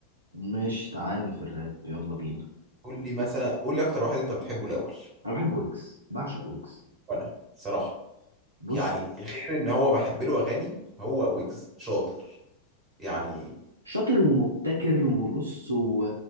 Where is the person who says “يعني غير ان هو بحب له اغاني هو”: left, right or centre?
Right